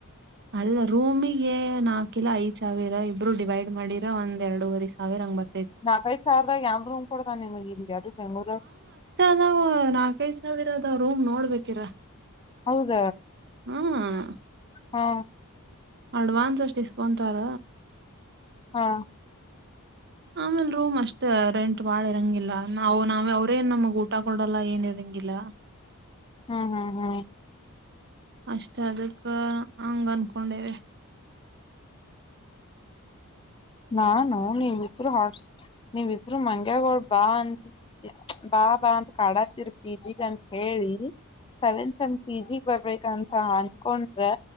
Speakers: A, on the right; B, on the left.
A: ಅಲ್ಲ ರೂಮಿಗೆ ನಾಕು ಇಲ್ಲಾ ಐದ್ ಸಾವಿರ ಇಬ್ರು ಡಿವೈಡ್ ಮಾಡಿರ ಒಂದ್ ಎರಡೂವರೆ ಸಾವಿರ ಹಂಗ್ ಬರ್ತ
B: ನಾಲ್ಕೈದ್ ಸಾವರದಾಗ ಯ ಎಂಬ್ ರೂಮ್ ಕೊಡದ ನಿಮಗೆ ಇ ಯಾರ ಮೆಮರಿಲ್
A: ನಾವವು ನಾಲ್ಕೈದು ಸಾವಿರ ಅದಾವ್ ರೂಮ್ ನೋಡ ಬೇಕಿರ.
B: ಹೌದ.
A: ಹ್ಮ್.
B: ಹಾ.
A: ಅಡ್ವಾನ್ಸ್ ಅಷ್ಟು ಇಸ್ಕೊಂತಾರ.
B: ಹಾ.
A: ಆಮೇಲ್ ರೂಮ್ ಅಷ್ಟ ರೆಂಟ್ ಬಾಳ ಇರಂಗಿಲ್ಲ ನಾವು ನಾವ ಅವ್ರ ಅವ್ರೆನ್ ನಮ್ಗ್ ಊಟ ಕೊಡಲ್ಲ ಏನ್ ಇರಂಗಿಲ್ಲ.
B: ಹ್ಮ್ ಹ್ಮ್ ಹ್ಮ್.
A: ಅಷ್ಟ ಅದಕ್ಕ ಹಂಗ ಅನ್ಕೊಂಡಿವಿ.
B: ನಾನು ನೀವ ಇಬರು ಹೊ ನೀವಿ ಇಬ್ಬರು ಮಂಗ್ಯಾಗೋಳ ಬಾ ಅಂ ಬಾ ಬಾ ಅಂತ ಕಾಡಾತಿರ್ ಪೀಜಿಗ ಅಂತ ಹೇಳಿ. ಸೆವೆಂತ್ ಸೇಮ್ ಪಿ ಜಿ ಬರ್ಬೇಕಂತ ಅನ್ಕೊಂಡ್ರೆ